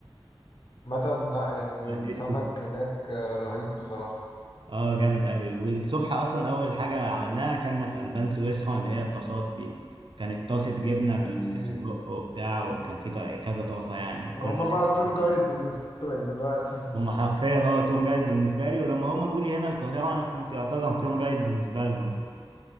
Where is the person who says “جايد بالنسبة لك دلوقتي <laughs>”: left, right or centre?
Left